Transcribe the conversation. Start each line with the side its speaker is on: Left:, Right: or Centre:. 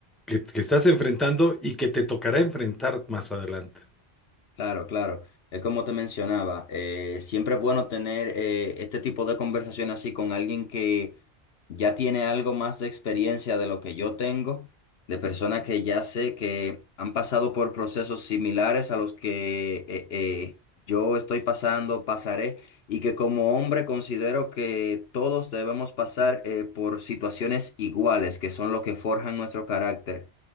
Centre: que, que estás enfrentando y que te tocará enfrentar más adelante.
Left: Claro, claro. Es como te mencionaba, eh, siempre es bueno tener eh, este tipo de conversación así con alguien que ya tiene algo más de experiencia de lo que yo tengo, de personas que ya sé que han pasado por procesos similares a los que eh, eh, yo estoy pasando, pasaré, y que como hombre considero que todos debemos pasar eh, por situaciones iguales, que son lo que forjan nuestro carácter,